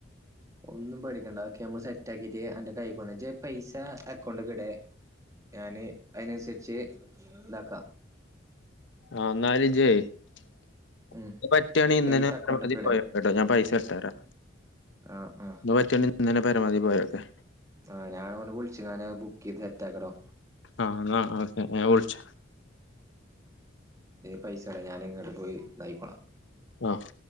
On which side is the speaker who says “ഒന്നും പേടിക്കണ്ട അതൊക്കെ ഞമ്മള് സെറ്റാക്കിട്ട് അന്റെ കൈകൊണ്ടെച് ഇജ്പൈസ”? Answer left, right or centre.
Right